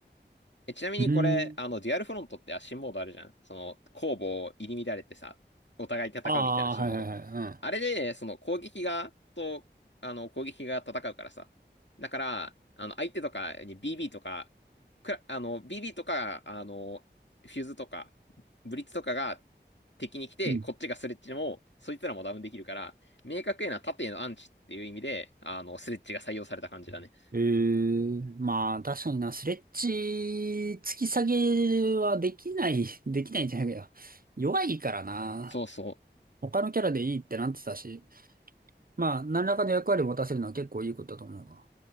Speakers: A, on the left; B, on the right.
A: え、ちなみにこれ、
B: うーん。
A: あの、デュアルフロントって新モードあるじゃん。その、攻防入り乱れてさ、お互い戦うみたいな新モード。
B: ああ、はいはいは
A: あれで、その、攻撃側と、あの、攻撃側戦うからさ。だから、あの、相手とかに BB とか、くら、あの、BB とか、あの、フューズとか、ブリッツとかが敵に来て、
B: い。うん。うん。
A: こっちがスレッチも、そいつらもダウンできるから、明確へな縦へのアンチっていう意味で、あの、スレッチが採用された感じだね。
B: ええまあ、確かにな、スレッジ、突き下げはできない、<laughs> できないんじゃないかよ。弱いからな。
A: そうそ
B: 他のキャラでいいってなってたし。まあ、何らかの役割を持たせるのは結構いいことだと思うわ。